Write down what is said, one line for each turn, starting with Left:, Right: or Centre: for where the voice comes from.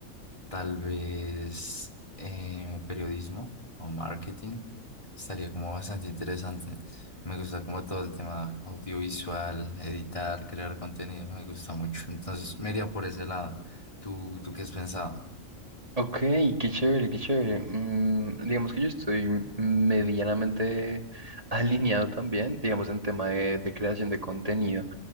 Left: tal vez eh, periodismo o marketing. Estaría como bastante interesante. Me gusta como todo el tema audiovisual, editar, crear contenido, me gusta mucho. Entonces me iría por ese lado. ¿Tú, tú qué has pensado?
Right: Ok, qué chévere, qué chévere. Mm, digamos que yo estoy medianamente <laughs> alineado también, digamos, en tema de de creación de contenido.